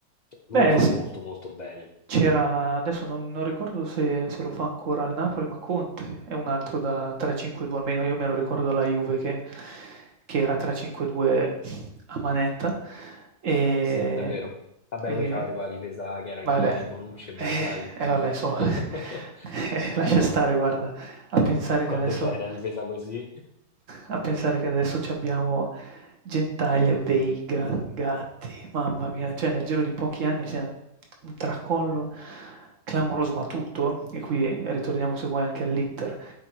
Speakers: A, on the left (about 65°); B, on the right (about 65°).
A: cioè, lui
B: Beh,
A: lo fa
B: s
A: molto molto bene.
B: c'era adesso non non ricordo se se lo fa ancora al Napoli, ma Conte è un altro da 3-5-2, almeno io me lo ricordo alla Juve che che era 3-5-2 a manetta, ehm,
A: Sì, è vero. Vabbè,
B: e
A: voi c'avete quella difesa che era
B: Vabbè,
A: Chiellini, Bonucci e Barzagli.
B: eh, eh vabbè insomma,
A: <laughs>
B: <laughs> eh, lascia stare guarda, a pensare che
A: Quando
B: adesso
A: c'hai una difesa così,
B: a pensare che adesso c'abbiamo Gentaglia, Veiga, Gatti, mamma mia, cioè nel giro di pochi anni c'è un un tracollo clamoroso, ma tutto, e qui ritorniamo se vuoi anche all'Inter,